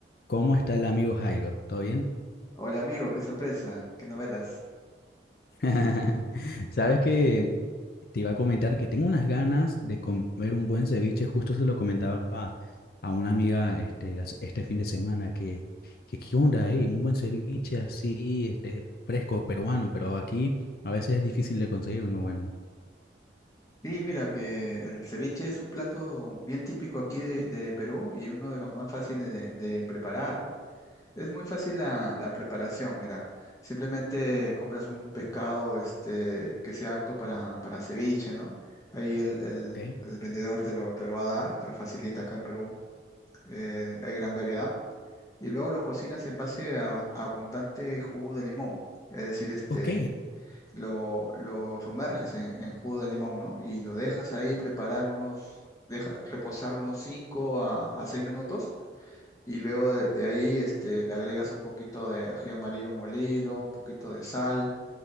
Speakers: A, on the left; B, on the left.
A: ¿Cómo está el amigo Jairo? ¿Todo bien?
B: Hola amigo, qué sorpresa, qué novelas.
A: <laughs> Sabes que te iba a comentar que tengo unas ganas de comer un buen ceviche. Justo se lo comentaba a a una amiga este, las- este fin de semana que, que qué onda, eh? Un buen ceviche así, este, fresco, peruano, pero aquí a veces es difícil de conseguir uno bueno.
B: Sí, mira que el ceviche es un plato bien típico aquí de, de Perú y uno de los más fáciles de, de preparar. Es muy fácil la, la preparación, mira. Simplemente compras un pescado este, que sea apto para, para ceviche, ¿no? Ahí el, el-
A: Ok.
B: el vendedor te lo, te lo va a dar, te lo facilita acá en Perú. eh, hay gran variedad. Y luego lo cocinas en base a abundante jugo de limón. Es decir, este
A: Ok.
B: lo, lo sumerges en, en jugo de limón, ¿no? Y lo dejas ahí preparar unos, deja, reposar unos 5 a, a 6 minutos y luego de, de ahí este, le agregas un poquito de ají amarillo molido, un poquito de sal